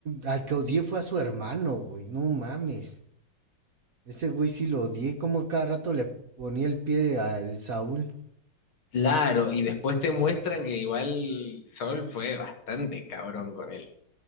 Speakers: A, on the right; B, on the left.
A: al que odié fue a su hermano, güey, no mames. Ese güey sí lo odié, como cada rato le ponía el pie al Saúl.
B: Claro, y después te muestran que igual Sol fue bastante cabrón con él.